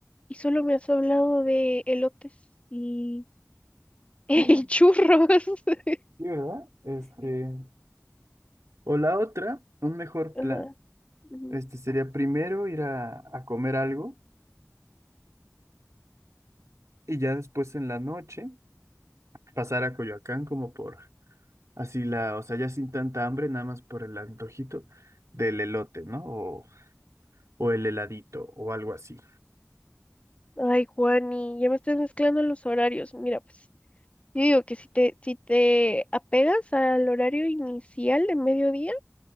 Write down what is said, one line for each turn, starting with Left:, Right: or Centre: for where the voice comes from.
Left: y solo me has hablado de elotes y, <laughs> y
Right: Mm.
Left: churros. <laughs>
Right: Sí, ¿verdad? Este, o la otra, un mejor
Left: Ajá,
Right: plan,
Left: ujú.
Right: este sería primero ir a, a comer algo y ya después en la noche. pasar a Coyoacán como por así la, o sea, ya sin tanta hambre, nada más por el antojito del elote, ¿no? O, o el heladito o algo así.
Left: Ay, Juani, ya me estás mezclando los horarios. Mira, pues, yo digo que si te, si te apegas al horario inicial de mediodía,